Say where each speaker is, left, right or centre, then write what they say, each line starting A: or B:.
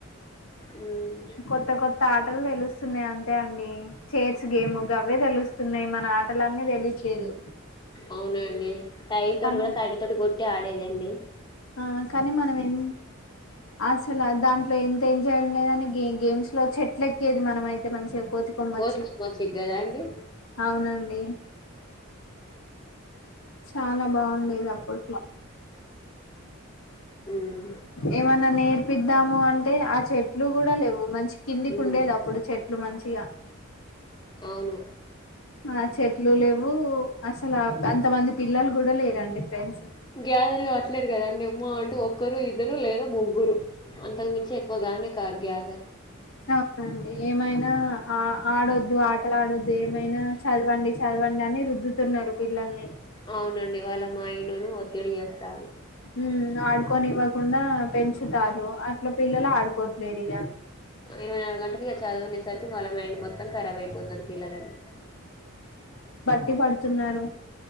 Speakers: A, on the left; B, on the left.
A: ఉమ్
B: కొత్త కొత్త ఆటలు తెలుస్తున్నాయి అంతే అండి చేర్స్ గేమ్ అవే తెలుస్తుయి న్నాయి మన ఆటలన్నీ తెలియట్లేదు
A: అవునండి టైం తోటి
B: కానీ
A: కూడా కరీ తోటి కొట్టి ఆడేది అడి
B: ఆ కానీ మనం ఏం అసలు దాంట్లో ఎంత ఎంజాయ్ ఉండేదని గే గేమ్స్ లో చెట్ల ఎక్కేది మనమ అయితే మంచిగా కొమ్మచ్చి
A: కోతుకుమచ్చగ్ కదా అండి
B: అవునండి చాలా బాగుండేది అప్పట్లో
A: ఉమ్
B: ఏమన్నా నేర్పిద్దాము అంటే ఆ చెట్టు చెట్లు కూడా లేవు మంచి కిందికి
A: ఉమ్
B: ఉండేది అప్పుడు చెట్లు మంచిగా
A: అవును
B: ఆ చెట్ ఇల్లు లేవు అసలు అంతమంది పిల్లలు కూడా లేరండి ఫ్రెండ్స్
A: గ్యాదేర్ కాట్లేదు కదాండి అంటే ఒక్కరు ఇద్దరు లేదా ముగ్గురు అంతకు మించి ఎక్కువగానే కగ సర
B: అవునండి ఏమైనా ఆ ఆడొద్దు ఆటలు ఆడొద్దు ఏమైనా చదవండి చదవండి అని రుద్దుతున్నారు పిల్లల్ని
A: అవునండి వాళ్ళ మా ఇండును ఒత్తిడి చేస్తాను
B: ఉ ఆడుకొనివ్వకుండా పెంచుతారు అట్లా పిల్లలు ఆడుకోట్లేరు ఇక
A: ఇరవై నాలుగు గంటలకి చదివం సార్ వాళ్ళ మైండ్ మొత్తం రాబ్ అయిపోతుంది పిల్లలని
B: ఇట్టి పడుతున్నారు